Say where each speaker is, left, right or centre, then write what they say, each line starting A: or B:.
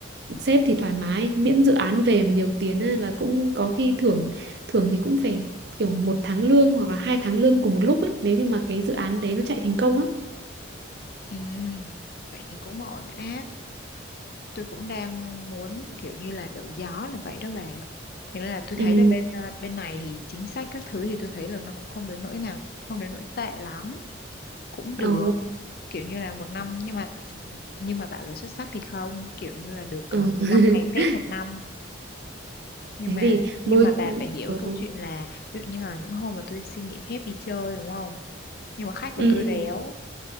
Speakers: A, on the right (about 55°); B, on the left (about 50°).
A: sếp thì thoải mái miễn dự án về mà nhiều tiền ấy là cũng có khi thưởng thưởng thì cũng phải kiểu một tháng lương hoặc là hai tháng lương cùng một lúc ấy nếu như mà cái dự án đấy nó chạy thành công á
B: ừ vậy thì cũng ổn áp tôi cũng đang muốn kiểu như là đổi gió là vậy đó bà thế nên là tôi
A: ừ
B: thấy là bên à, bên này thì chính sách các thứ thì tôi thấy là nó cũng không đến nỗi nào không đến nỗi tệ lắm cũng được
A: ồ
B: kiểu như là một năm nhưng mà nhưng mà bảo là xuất sắc thì không kiểu như là được à,
A: ừ.
B: 15
A: <laughs>
B: ngày phép một năm nhưng
A: thế
B: mà
A: thì
B: nhưng
A: môi
B: mà bà phải hiểu
A: ừ.
B: cái câu chuyện là ví dụ như là những hôm mà tôi xin nghỉ phép đi chơi đúng không nhưng mà khách của
A: ừ.
B: tôi réo